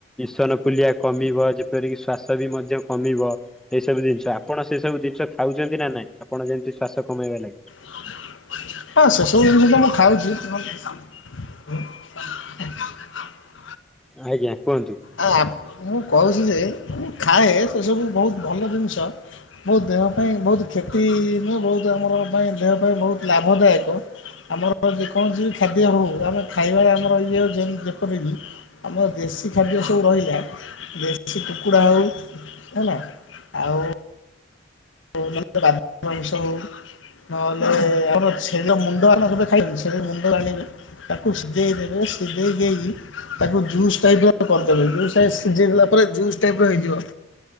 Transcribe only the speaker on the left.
ହଁ, ସେ ସବୁ ଜିନିଷ ତ ମୁଁ ଖାଉଚି, ବଟ୍ <inaudible>
ଆଁ, ମୁଁ କହୁଛି ଯେ, ମୁଁ ଖାଏ, ସେ ସବୁ ବହୁତ ଭଲ ଜିନିଷ। ବହୁତ ଦେହ ପାଇଁ ବହୁତ କ୍ଷତି ନୁହେଁ, ବହୁତ ଆମର ପାଇଁ ଦେହ ପାଇଁ ବହୁତ ଲାଭଦାୟକ। ଆମର ଯେକୌଣସି ଖାଦ୍ୟ ହଉ, ଆମେ ଖାଇବାରେ ଆମର ଇଏ ଅଛି, ଯେପରିିକି ଆମର ଦେଶୀ ଖାଦ୍ୟ ସବୁ ରହିଲା, ଦେଶୀ କୁକୁଡ଼ା ହଉ ହେଲା, ଆଉ <unintelligible> ମାଂସ ହଉ। ନହେଲେ, ଆମର ଛେଳି ର ମୁଣ୍ଡ ଆପଣ କେବେ ଖାଇଚନ୍ତି? ଛେଳି ର ମୁଣ୍ଡ ଆଣିକି ତାକୁ ସିଯେଇ ଦେବେ। ସିଦେଇ ଦେଇକି ତାକୁ ଜୁସ୍ ଟାଇପ୍ ର କରିଦେବେ। <unintelligible> ସିଜେଇ ଦେଲା ପରେ ଜୁସ୍ ଟାଇପ୍ ର ହେଇଯିବ।